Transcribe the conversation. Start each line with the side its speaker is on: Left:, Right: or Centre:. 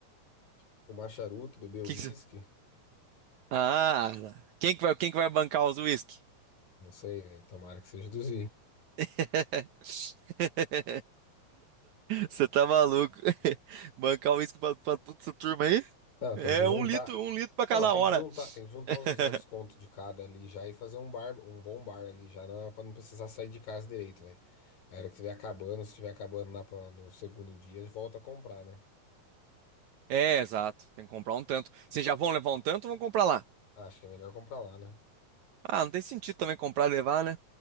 Left: fumar charuto, beber uísque.
Right: Que que... você- Ah, quem que vai, quem que vai bancar os whisky?
Left: Não sei, velho. Tomara que seja dos
Right: <laughs> Você tá maluco? <laughs> Bancar o uísque pra, pra toda essa turma aí?
Left: Não,
Right: É
Left: tem que juntar.
Right: um litro, um litro pra cada
Left: Não, tem
Right: hora.
Left: que juntar, tem que juntar
Right: <laughs>
Left: uns 200 conto de cada ali já e fazer um bar, um bom bar ali já na, pra não precisar sair de casa direito, velho. A hora que estiver acabando, se estiver acabando lá pra- no segundo dia, volta a comprar, né?
Right: É, exato. Tem que comprar um tanto. Vocês já vão levar um tanto ou vão comprar lá?
Left: Ah, Acho que é melhor comprar lá, né?
Right: Ah, não tem sentido também comprar e levar, né?